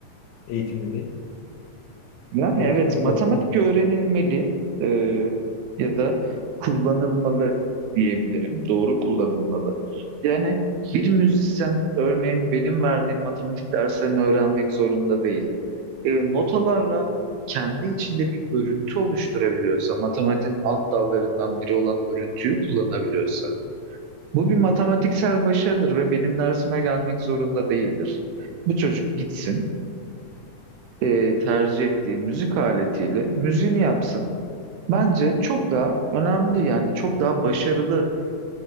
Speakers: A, on the left (about 75°); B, on the right (about 80°).
A: eğitimli değil.
B: Yani
A: O
B: evet
A: yüzden öyle
B: matematik
A: oluyor yani.
B: öğrenilmeli e, ya da kullanılmalı diyebilirim. Doğru kullanılmalı. Yani bir müzisyen örneğin benim verdiğim matematik derslerini öğrenmek zorunda değil. e, notalarla kendi içinde bir örüntü oluşturabiliyorsa, matematiğin alt dallarından biri olan örüntüyü kullanabiliyorsa, bu bir matematiksel başarıdır ve benim dersime gelmek zorunda değildir. Bu çocuk gitsin, e, tercih ettiği müzik aletiyle müziğini yapsın. Bence çok daha önemli yani çok daha başarılıdır